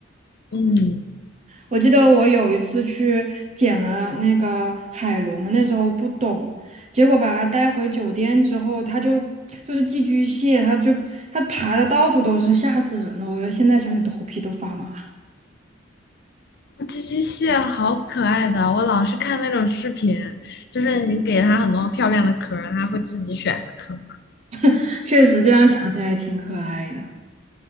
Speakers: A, on the left (about 55°); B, on the right (about 35°).
A: 嗯，
B: 我记得我有一次去捡了那个海螺嘛，那时候不懂，结果把它带回酒店之后，它就就是寄居蟹，它就它爬的到处都是，吓死人了！我现在想起头皮都发麻。
A: 寄居蟹好可爱的，我老是看那种视频，就是你给它很多漂亮的壳它会自己选壳
B: <laughs> 确实这样想起来挺可爱的。